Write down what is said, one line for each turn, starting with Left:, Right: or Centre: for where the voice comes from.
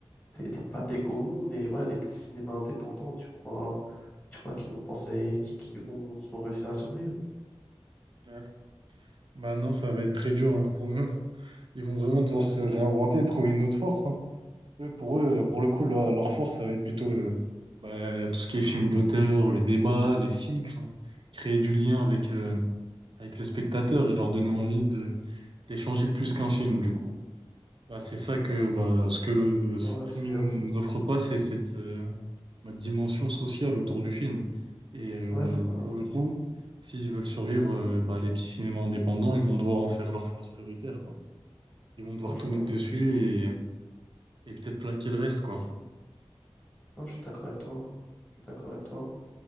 Left: des, des pâtés Gaumont, mais voilà, les petits cinémas indépendants, tu crois, tu crois qu'ils vont penser, qu'ils qu'ils vont, qu'ils vont réussir à survivre?
Right: Ouais. Bah non, ça va être très dur hein, pour eux. Ils vont vraiment devoir se réinventer, trouver une autre force. hein. Eux, pour eux, pour le coup, leur, leur force, ça va être plutôt euh, bah, tout ce qui est film d'auteur, les débats, les cycles, hein. créer du lien avec, euh, avec le spectateur et leur donner envie de, d'échanger plus qu'un film, du coup. Bah, c'est ça que bah, ce que le streaming
Left: Ah ouais, c'est bien dit.
Right: n'offre pas, c'est cette euh, bah, dimension sociale autour du film. Et euh,
Left: Ouais, c'est vrai.
Right: pour le coup, s'ils veulent survivre, euh, bah, les petits cinémas indépendants, ils vont devoir en faire leur force prioritaire, quoi. Ils vont devoir
Left: Non, je,
Right: tout
Left: crois-
Right: mettre
Left: je,
Right: dessus et, et peut-être plaquer le reste, quoi.
Left: non, je suis d'accord avec toi. Je suis d'accord avec toi.